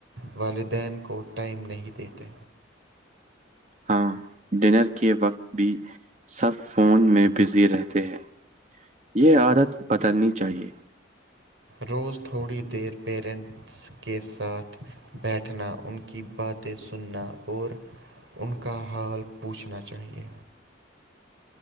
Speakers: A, on the right; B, on the right.
A: والدین کو ٹائم نہیں دیتے
B: ہاں ڈنر کے وقت بھی سب فون میں بزی رہتے ہیں یہ عادت بدلنی چاہیے
A: روز تھوڑی دیر پیرینٹس کے ساتھ بیٹھنا ان کی باتیں سننا اور ان کا حال پوچھنا چاہیے